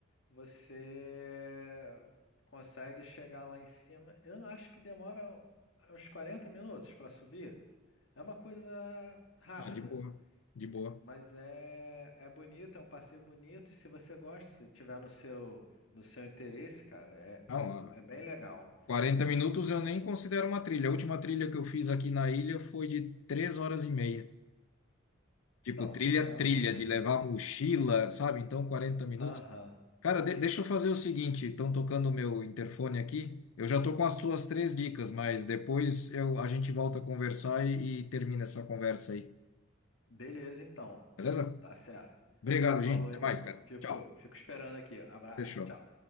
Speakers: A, on the left; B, on the left.
A: Você consegue chegar lá em cima. Eu acho que demora uns 40 minutos para subir. É uma coisa rápida,
B: Ah, de boa, de boa.
A: mas é, é bonito, é um passeio bonito. Se você gosta, se tiver no seu, no seu interesse, cara, é, é,
B: Não, ah,
A: é bem legal.
B: 40 minutos eu nem considero uma trilha. A última trilha que eu fiz aqui na ilha foi de 3 horas e meia. Tipo,
A: Então,
B: trilha,
A: é
B: trilha,
A: um.
B: de levar mochila, sabe? Então, quarenta minutos.
A: <laughs> Aham.
B: Cara, de- deixa eu fazer o seguinte: estão tocando o meu interfone aqui. Eu já tô com as suas três dicas, mas depois eu, a gente volta a conversar e, e termina essa conversa aí.
A: Beleza, então.
B: Beleza?
A: Tá certo.
B: Obrigado,
A: Falou,
B: gente. Até
A: então.
B: mais, cara.
A: Fico,
B: Tchau.
A: fico esperando aqui. Abraço.
B: Fechou.
A: Tchau.